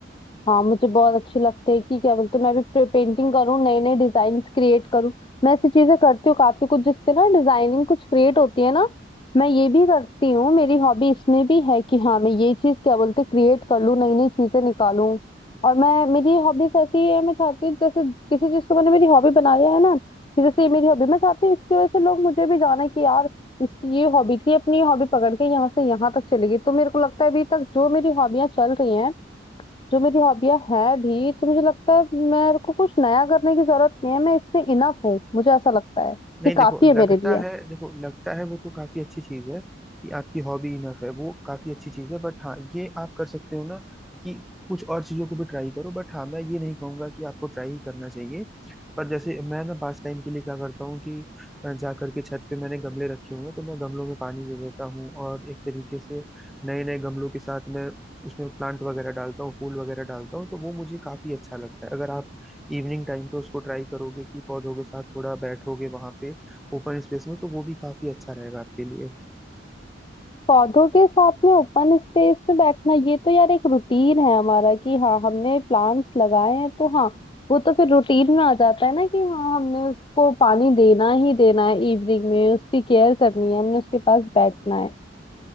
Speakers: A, on the left; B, in the centre.
A: हाँ मुझे बहुत अच्छी लगती है कि क्या बोलते हैं मैं भी पेंटिंग करूँ नए नए डिजाइन क्रिएट करूँ मैं ऐसी चीजें करती हूँ काफी कुछ जिसपे ना डिजाइनिंग कुछ क्रिएट होती है ना मैं ये भी करती हूँ मेरी हॉबी इसमें भी है कि हाँ मैं ये चीज क्या बोलते हैं क्रिएट कर लूँ नई नई चीजें निकालूं और मैं मेरी हॉबीज ऐसी है मैं चाहती हूँ जैसे किसी चीज को मैंने मेरी हॉबी बना लिया है ना कि जैसे ये मेरी हॉबी मैं चाहती हूँ इसकी वजह से लोग मुझे भी जाना कि यार इसकी ये हॉबी थी अपनी हॉबी पकड़ के यहाँ से यहाँ तक चली गई तो मेरे को लगता है अभी तक जो मेरी हॉबियां चल रही हैं जो मेरी हॉबियां हैं भी तो मुझे लगता है मेरे को कुछ नया करने की जरूरत नहीं है मैं इसमें इनफ हूँ मुझे ऐसा लगता है
B: नहीं
A: कि
B: देखो
A: काफी
B: लगता
A: है मेरे लिए
B: है देखो लगता है वो तो काफी अच्छी चीज है कि आपकी हॉबी इनफ है वो काफी अच्छी चीज है बट हाँ ये आप कर सकते हो ना कि कुछ और चीजों को भी ट्राई करो बट हाँ मैं ये नहीं कहूंगा कि आपको ट्राई ही करना चाहिए पर जैसे मैं ना पास टाइम के लिए क्या करता हूँ कि अ, जा करके छत पे मैंने गमले रखे हुए हैं तो मैं गमलों में पानी दे देता हूँ और एक तरीके से नए नए गमलों के साथ मैं उसमें प्लांट वगैरह डालता हूँ फूल वगैरह डालता हूँ तो वो मुझे काफी अच्छा लगता है अगर आप इवनिंग टाइम पे उसको ट्राई करोगे कि पौधों के साथ थोड़ा बैठोगे वहां पे ओपन स्पेस में तो वो भी काफी अच्छा रहेगा आपके लिए
A: पौधों के साथ में ओपन स्पेस में बैठना ये तो यार एक रूटीन है हमारा कि हाँ हमने प्लांट्स लगाए हैं तो हाँ वो तो फिर रूटीन में आ जाता है ना कि हाँ हमने उसको पानी देना ही देना है इवनिंग में उसकी केयर करनी है हमने उसके पास बैठना है